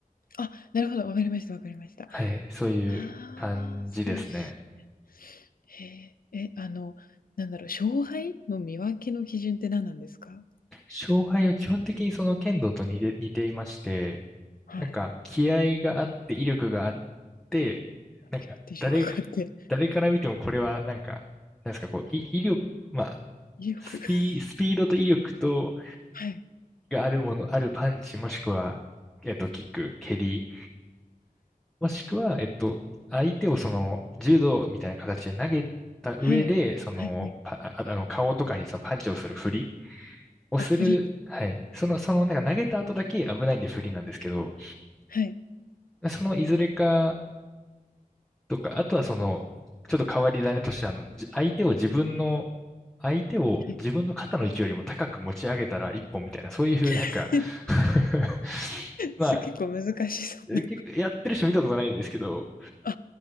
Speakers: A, on the left; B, in the centre.
A: あ、なるほど、わかりました、わかりました。
B: はい、そういう感じですね。
A: ああ、そういうし、へえ、え、あの、なんだろう、勝敗の見分けの基準って何なんですか？
B: 勝敗は基本的にその剣道と似て、似ていまして、
A: はい。
B: なんか気合があって威力があって、なんか誰か、
A: いやって威力があって、
B: 誰から見てもこれはなんか、なんですか、こう、い威力、まあ、
A: 威力。
B: スピ、
A: <laughs>
B: スピードと威力と、
A: はい。
B: があるもの、あるパンチ、もしくは、えっと、キック、蹴りもしくは、えっと、相手をその柔道みたいな形で投げた上で、
A: はい。
B: そのパ、
A: はいはい。
B: ああの顔とかにそのパンチをする振りをする、
A: あ、振り。
B: はい。その、そのなんか投げた後だけ危ないんで振りなんですけど、
A: はい。
B: そのいずれかとか、あとはその、ちょっと変わり種としては、あの、じ相手を自分の、相手を自分の肩の位置よりも高く持ち上げたら一本みたいな、
A: はい。
B: そういうなんか
A: <laughs>
B: <laughs> まあ、
A: す結構難しそうな。
B: 結構やってる人見たことないんですけど、
A: あ、